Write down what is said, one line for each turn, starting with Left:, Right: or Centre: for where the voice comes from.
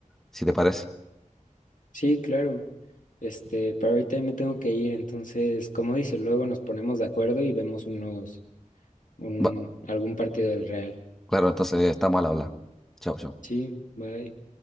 Centre: si te parece.
Left: Sí, claro. Este, pero ahorita ya me tengo que ir, entonces, como dice, luego nos ponemos de acuerdo y vemos unos, un,
Centre: Va-
Left: algún partido del Real.
Centre: claro, entonces estamos al habla. Chao, chao.
Left: Sí, bye.